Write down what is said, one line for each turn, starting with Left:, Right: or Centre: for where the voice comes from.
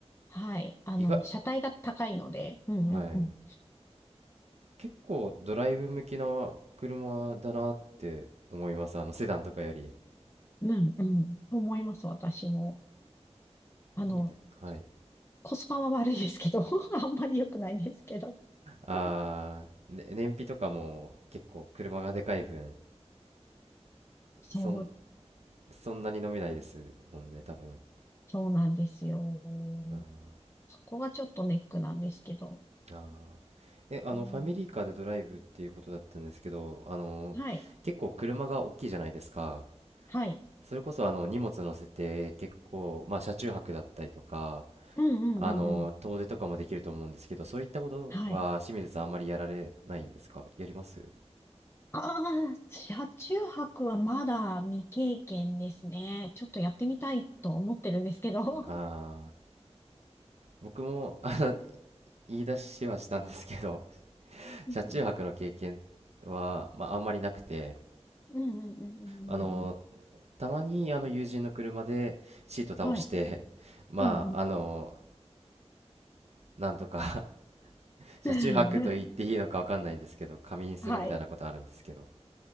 Left: はい。あの、
Right: 意外、
Left: 車体が高いので、うんうんうん。
Right: はい、はい。結構ドライブ向きな車だなって思います。あのセダンとかより。
Left: うんうん。と思います、私も。あの、
Right: いいです。はい。
Left: コスパは悪いですけど、<laughs> あんまり良くないですけど。
Right: あー、
Left: <laughs>
Right: ね、燃費とかも結構車がでかい分、
Left: そう
Right: そん、そんなに飲めないですもんね、多分。
Left: そうなんですよ。
Right: あ
Left: そこがちょっとネックなんですけど。
Right: ーあー。え、あの、
Left: うん、
Right: ファミリーカーでドライブっていうことだったんですけど、あの、
Left: はい。
Right: 結構車が大きいじゃないですか。
Left: はい。
Right: それこそあの荷物乗せて結構、まあ、車中泊だったりとか、
Left: うんうんうんうん。
Right: あの遠出とかもできると思うんですけどそういったことは清水さんあんまりやられないですかやります
Left: はい。ああ、車中泊はまだ未経験ですね。ちょっとやってみたいと思ってるんですけど。<laughs>
Right: ああー僕もあの言い出しはしたんですけど <laughs>
Left: うん
Right: 車中泊の経験は、まあ、あんまりなくて
Left: うんうんうんうんうんうん。
Right: あのたまにあの友人の車でシート倒してまああの
Left: はい。うん
Right: なんとか <laughs> 車中泊と言っていいのかわかんないんですけど仮眠するみたいなことあるんですけど
Left: うん。<laughs> はい。